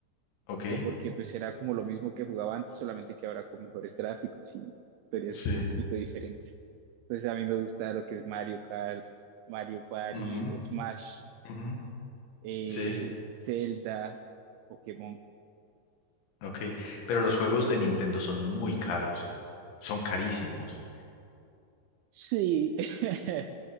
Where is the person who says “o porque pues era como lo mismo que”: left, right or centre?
Right